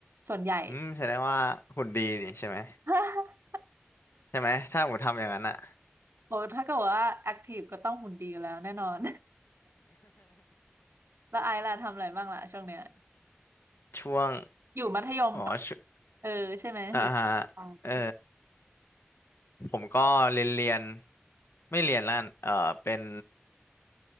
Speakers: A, on the right; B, on the left.
A: ส่วนใหญ่
B: อืมแสดงว่าหุ่นดีนี่ใช่ไหม
A: <laughs>
B: ใช่ไหมถ้าผมทำอย่างนั้นอะ
A: โอ้ถ้าเกิดว่าแอคทีฟก็ต้องหุ่นดีอยู่แล้วแน่นอนแล้วไอซ์ล่ะทำอะไรบ้างล่ะช่วงเนี้ย
B: <laughs> ช่วง
A: อยู่มัธยมปะ
B: อ๋อช่วง
A: เออใช่ไหมอยู่ปลาย
B: อ่าฮะเออผมก็เรียนเรียนไม่เรียนแล้วกันเออเป็น